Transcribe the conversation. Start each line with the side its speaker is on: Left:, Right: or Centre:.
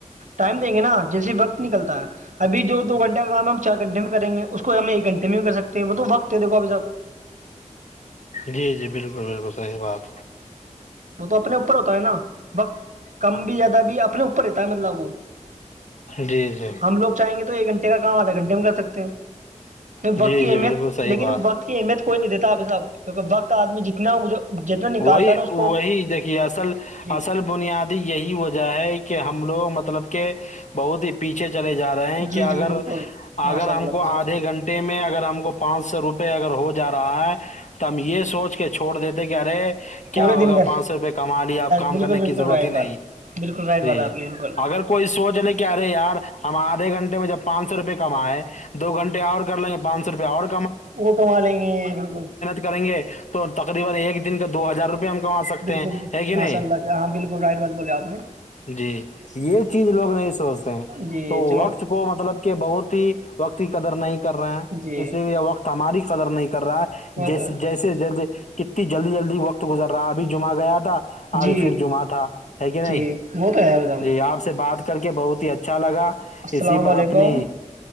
Right: ٹائم دیں گے نا جیسے وقت نکلتا ہے ابھی جو دو گھنٹے کا کام ہم چار گھنٹے میں کریں گے اس کو ہم ایک گھنٹے میں کر سکتے ہیں وہ تو وقت تو دھا پ جاپ
Left: جی جی بالکل بالکل صحیح بات
Right: وہ تو اپنے اوپر ہوتا ہے نا وقت کم بھی زیادہ بھی اپنے اوپر رہتا ہے مطلب وہ
Left: جی جی
Right: ہم لوگ چاہیں گے تو تو ایک گھنٹے کا کام آدھے گھنٹے میں کر سکتے ہیں
Left: جی
Right: وقت کی
Left: جی
Right: اہمیت
Left: بالکل صحیح
Right: لیکن
Left: بات
Right: وقت کی اہمیت کوئی نہیں دیتا اب صحب کیونکہ وقت آدمی جتنا ہو مجھے جتنا نکالتا
Left: وہی
Right: ہے نا
Left: وہی
Right: کو
Left: دیکھیے اصل
Right: جی
Left: اصل بنیادی یہی وجہ ہے کہ ہم لوگ مطلب کہ بہت ہی پیچھے چلے جا رہے ہیں
Right: جی
Left: کہ اگر
Right: جی بالکل ماشاء
Left: اگر ہم
Right: اللہ
Left: کو
Right: کیا
Left: آدھے
Right: بات
Left: گھنٹے میں اگر ہم کو پانچ سو روپئے اگر ہو جائے جا رہا ہے تو ہم یہ سوچ کے چھوڑ دیتے کہ ارے کیا
Right: پورے
Left: ہوگا
Right: دن کا
Left: پانچ سو روپئے کما لیا آپ کام
Right: بالکل
Left: کرنے
Right: بالکل
Left: کی ضرورت
Right: رائٹ
Left: ہی
Right: بات
Left: نہیں
Right: بالکل رائٹ
Left: جی
Right: بات آپ کی بالکل
Left: اگر کوئی سوچ لے کہ ارے یار ہم آ ایک گنٹے میں جب پانچ سو روپئے کما ہے دو گھنٹے اور کر لیں گے پانچ سو روپئے اور
Right: وہ کما لیں گے بالکل
Left: کر <inaudible> <inaudible> کا دو ہزار روپئے ہم کو سکتے
Right: بالکل
Left: ہیں ہے کہ
Right: ماشاء
Left: نہیں
Right: اللہ کیا ہاں بالکل رائٹ بات بولے آپ نے
Left: جی یہ چیز لوگ نہیں سوچتے
Right: جی
Left: تو
Right: چلو
Left: وقت کو مطلب کہ بہت ہی وقت کی قدر نہیں کر رہے ہیں
Right: جی
Left: اسی لیے وقت ہماری قدر نہیں کر رہا ہے
Right: وہ
Left: جیسے
Right: تو
Left: جیسے جیسے کتنی ج جلدی جلدیقت گزار <inaudible> راہ بھی جما گیا تھا
Right: جی
Left: آج پھر جمعہ تھا ہے کہ نہیں
Right: جی وہ تو ہے بتاؤ
Left: جی آپ سے بات کر کے بہت ہی اچھا لگا
Right: السلام
Left: اسی پر
Right: علیکم
Left: اپنی